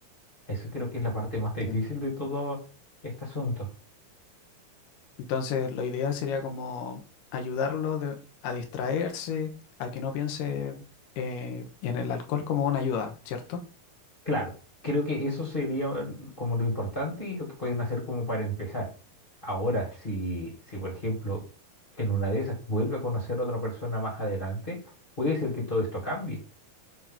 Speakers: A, on the left (about 20°); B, on the left (about 75°).
A: Eso creo que es la parte más
B: Entiendo.
A: difícil de todo este asunto.
B: Entonces, lo ideal sería como ayudarlo de- a distraerse, a que no piense eh, en el alcohol como una ayuda, ¿cierto?
A: Claro, creo que eso sería el- como lo importante y lo que pueden hacer como para empezar. Ahora, si, si por ejemplo en una de esas vuelve a conocer a otra persona más adelante, puede ser que todo esto cambie.